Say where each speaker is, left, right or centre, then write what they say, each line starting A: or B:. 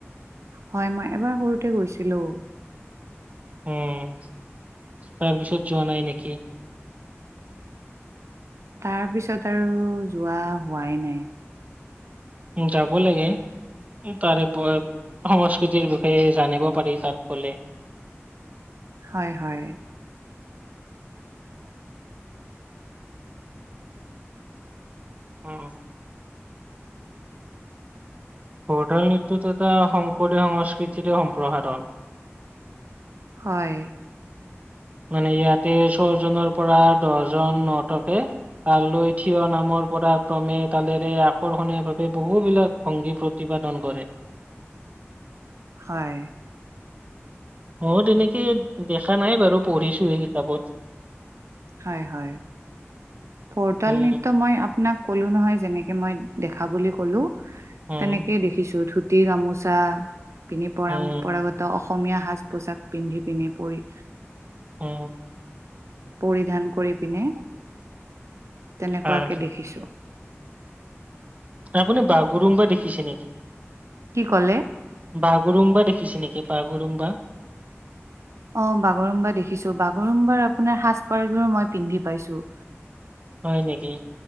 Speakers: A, on the right; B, on the right.
A: হয় মই এবাৰ সৰুতে গৈছিলো।
B: উম', তাৰপিছত যোৱা নাই নেকি?
A: তাৰ পিছত আৰু যোৱা হোৱাই নাই।
B: উ যাব লাগে। ই তাৰে সংস্কৃতিৰ বিষয়ে জানিব পাৰি তাত গ'লে।
A: হয় হয়।
B: উম ভোৰটাল নৃত্যতো এটা শংকৰীয়া সংস্কৃতিৰ সম্প্ৰসাৰণ।
A: হয়।
B: মানে ইয়াতে ছয়জনৰ পৰা দহজন ন'টকে তালৈ থিয় নামৰ পৰা ক্ৰমে তালেৰে আকৰ্ষণীয় ভাৱে বহু বিলাক ভংগী প্ৰতিপাদন কৰে।
A: হয়।
B: মইও তেনেকে দেখা নাই বাৰু পঢ়িছো সে কিতাপত,
A: হয় হয়। ভৰতাল
B: উম,
A: নৃত্য মই আপোনাক কলো নহয় যেনেকে মই দেখা বুলি কলো।
B: উম,
A: তেনেকেই দেখিছো ধুতি গামোচা পিন্ধি পৰম্পৰাগত,
B: উম,
A: ত অসমীয়া সাজ পোছাক পিন্ধি পিন্ধি পৰি
B: উম
A: পৰিধান কৰি পিনে, তেনেকুৱাকে
B: হয়।
A: দেখিছো।
B: আপুনি বাগৰুম বা দেখিছে নেকি।
A: কি ক'লে।
B: বাগৰুম বা দেখিছে নেকি বাগৰুম বা,
A: অ বাগৰুম বা‌ দেখিছো বাগৰুম বাৰ আপোনাৰ সাজ পাৰযোৰো মই পিন্ধি পাইছো।
B: হয় নেকি।